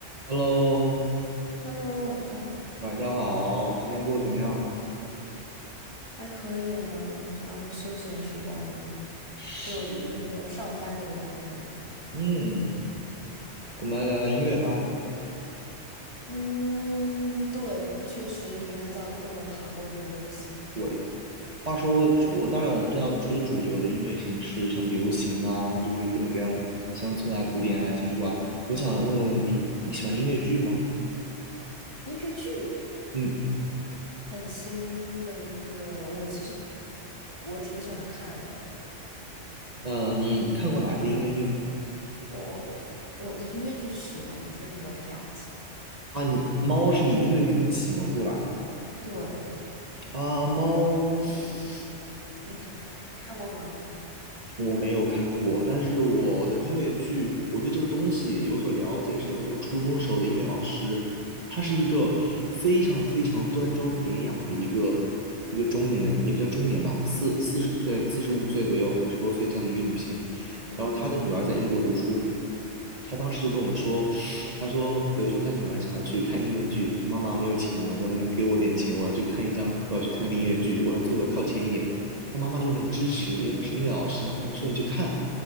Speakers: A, on the right; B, on the left.
A: Hello，
B: Hello，晚上好，
A: 晚上好，今天过得怎么样？
B: 还可以啊，你知道休闲时光吗？
A: 是，
B: 对我这种没有上班的人来说，
A: 嗯，我们来聊聊音乐吧。
B: 嗯，对，确实你很早就跟我谈过这个东西，
A: 喂，话说，我当然我们知道，除了主流的音乐形式，像流行啊，就是各种各样的乡村啊、古典啊、金属啊，我想问问你，你喜欢音乐剧吗？
B: 音乐剧
A: 嗯，
B: 很新的一个，我其实我挺喜欢看的，
A: 呃，你看过哪些音乐剧呢？
B: 我我的音乐剧启蒙是那个《Cat》，
A: 啊，你《猫》是你音乐剧的启蒙，对吧？
B: 对，
A: 啊，《猫》嗯
B: 你看你看过吗？
A: 我没有看过，但是我的音乐剧，我对这个东西有所了解，是因为我初中时候的音乐老师，她是一个非常非常端庄典雅的一个一个中年，也不叫中年吧，四四十岁、四十五岁左右、五十多岁这样的一个女性，
B: 嗯
A: 然后他的女儿在英国读书，他当时就跟我们说，他说有的时候他女儿想要去看音乐剧，他说妈妈没有钱了，能不能给我点钱？我要去看一张，我要去看个音乐剧，我想坐的靠前一点。他妈妈就很支持，因为他是音乐老师嘛，他们说你去看，